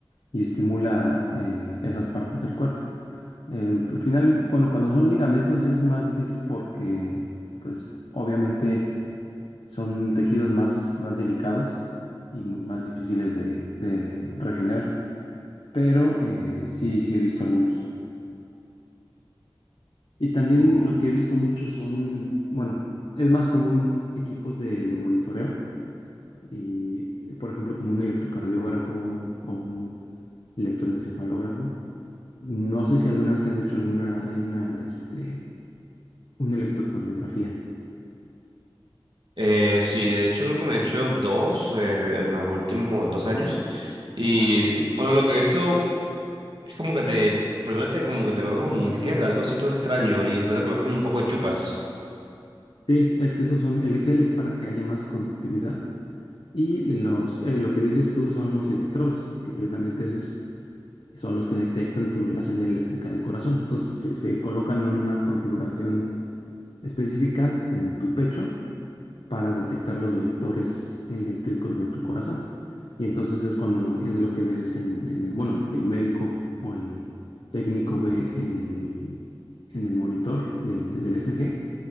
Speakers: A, on the left; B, on the right.
A: y estimula eh, esas partes del cuerpo. Eh, al final, cuando, cuando son ligamentos es más difícil porque, pues obviamente son tejidos más, más delicados y mu- más difíciles de de regenerar. pero eh, sí, sí he visto algunos. Y también
B: O-
A: lo que he visto mucho son, bueno, es más común equipos de, de monitoreo y, eh, por ejemplo, como un electrocardiógrafo o un electroencefalógrafo. No sé si alguna vez te han hecho alguna, una, este, una electrocardiografía.
B: Eh, sí, de hecho creo que me he hecho dos eh, en los últimos dos años. Y bueno, lo que he visto es como que te, primero te, como que te colocan como un gel, algo así todo extraño, y después te colocan un poco de chupas.
A: Sí, es que esos son, el gel es para que haya más conductividad y los, eh, lo que dices tú son los electrodos, que precisamente esos son los que detectan tu, la señal eléctrica del corazón. Entonces se, se colocan en una configuración específica en tu pecho para detectar los vectores eléctricos de tu corazón. Y entonces es cuando lo, es lo que ves en, en el, bueno, lo que el médico o el técnico ve en el, en el monitor del, del ECG